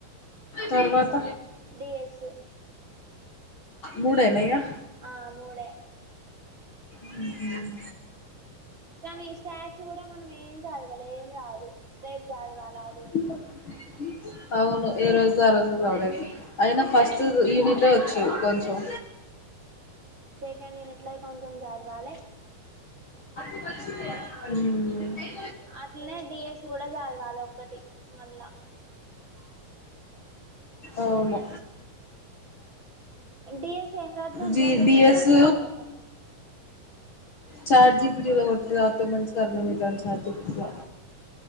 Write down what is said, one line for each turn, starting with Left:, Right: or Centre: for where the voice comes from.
Left: తర్వాత
Right: డీఎస్
Left: ముడేనా ఇగా
Right: ఆ మూడే
Left: హ్మ్
Right: కానీ స్టాట్స్ కూడా మనం ఏం చదవాలి ఏం రాదు రేపు చదవాలదు
Left: <inaudible> అవును ఏ రోజుది ఆ రోజే చద్ అయినా ఫస్ట్
Right: కొం
Left: యూనిట్లే వచ్చు కొంచెం
Right: క నేను ఇట్లా కొంచెం చదవాలి
Left: <inaudible>
Right: అట్లనే డిఎస్ కూడా చదవాలి ఒక్కటి మళ్ళా
Left: అవును
Right: డిఎస్ ఏం రాద్దాం
Left: జీ
Right: రెండు
Left: డిఎస్
Right: ట్వెల్వ్ మార్క్స్ రాద్దామా
Left: చాట్ జీపిటీలో కొట్టి చదువ్తె మంచిగా అర్ధమైతది అని చాట్ జిపిటిల